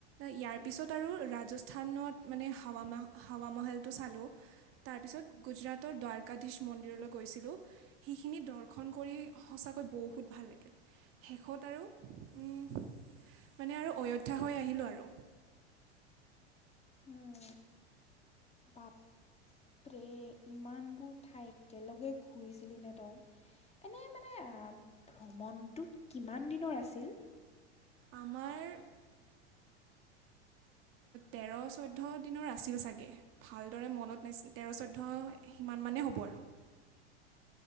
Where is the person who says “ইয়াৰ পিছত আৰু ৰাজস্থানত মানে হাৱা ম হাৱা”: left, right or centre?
Right